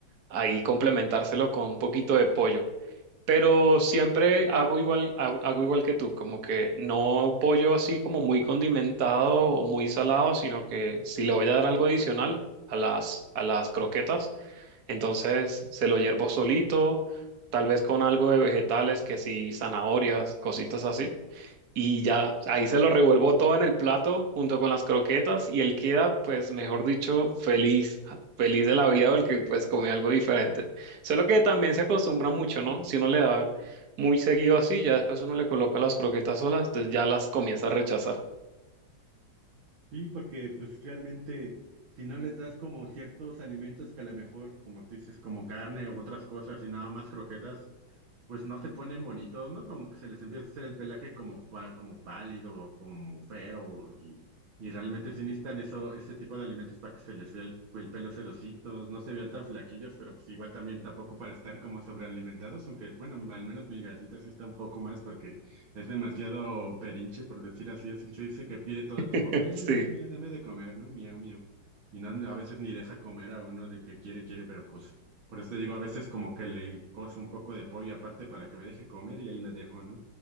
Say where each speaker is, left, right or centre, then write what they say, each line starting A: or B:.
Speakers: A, on the right; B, on the right.
A: ahí complementárselo con un poquito de pollo pero siempre hago igual, hago, hago igual que tú, como que no pollo así como muy condimentado o muy salado, sino que si le voy a dar algo adicional a las, a las croquetas, entonces se lo hiervo solito, tal vez con algo de vegetales, que sí, zanahorias, cositas así. Y ya, ahí se lo revuelvo todo en el plato junto con las croquetas y él queda, pues, mejor dicho, feliz, ja, feliz de la vida porque pues comió algo diferente. Solo que también se acostumbra mucho, ¿no? Si uno le da muy seguido así, ya después uno le coloca las croquetas solas, entonces ya las comienza a rechazar.
B: Sí, porque pues realmente si no les das como ciertos alimentos que a lo mejor, como tú dices, como carne o otras cosas y nada más croquetas, pues no se ponen bonitos, ¿no? Como que se les empieza a hacer el pelaje como, pa- como pálido, como feo, y, y realmente sí necesitan eso, ese tipo de alimentos para que se les vea el, el pelo sedositos, no se vean tan flaquillos, pero pues igual también tampoco para estar como sobrealimentados, aunque bueno, al menos mi gatita sí está un poco más porque es demasiado pedinche, por decir así, así que se dice que pide todo
A: <laughs>
B: el tiempo, me,
A: Sí,
B: me, me, dame de comer, ¿no? Miau, miau. Y no, a veces ni deja comer a uno de que quiere, quiere, pero pues por eso te digo, a veces como que le cozo un poco de pollo aparte para que me deje comer y ahí le dejo, ¿no?